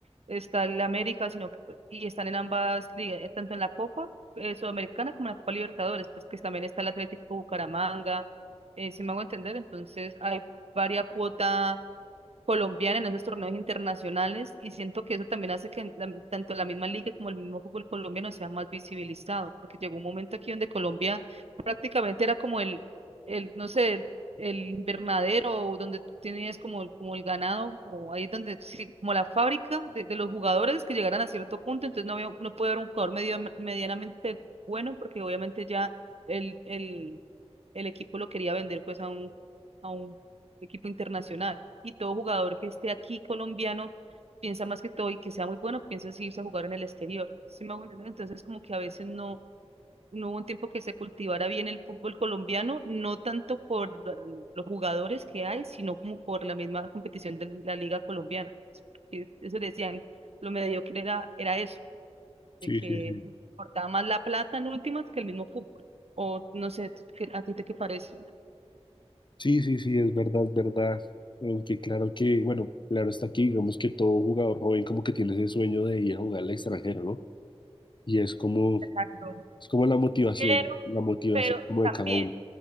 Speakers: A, on the right; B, on the left.
A: está el América, sino que pues, y están en ambas ligas, eh, tanto en la Copa eh, Sudamericana como en la Copa Libertadores, pues que también está el Atlético Bucaramanga, eh, si me hago entender, entonces hay varia cuota colombiana en esos torneos internacionales y siento que eso también hace que la- tanto la misma liga como el mismo fútbol colombiano sea más visibilizado, porque llegó un momento aquí donde Colombia prácticamente era como el, el no sé, el, el invernadero o donde tú tenías como, el- como el ganado o ahí donde sí, como la fábrica de, de los jugadores que llegaran a cierto punto, entonces no había, no puede haber un jugador medio, medianamente bueno porque obviamente ya el, el, el equipo lo quería vender pues a un, a un equipo internacional. Y todo jugador que esté aquí colombiano piensa más que todo y que sea muy bueno, piensa si irse a jugar en el exterior. ¿Sí me hago entender? Entonces, como que a veces no, no hubo un tiempo que se cultivara bien el fútbol colombiano, no tanto por la- los jugadores que hay, sino como por la misma competición de la liga colombiana. Pues, porque eso le decían, lo mediocre era, era eso,
B: Sí,
A: de que
B: sí, sí.
A: importaba más la plata en últimas que el mismo fútbol. O no sé, ¿tú qué- ¿a ti te qué parece?
B: Sí, sí, sí, es verdad, es verdad. Aunque claro que, bueno, claro está aquí, digamos que todo jugador joven como que tiene ese sueño de ir a jugar al extranjero, ¿no? Y es como,
A: Exacto.
B: es como la motivación,
A: Pero,
B: la motivación
A: pero
B: como
A: también.
B: de cada uno.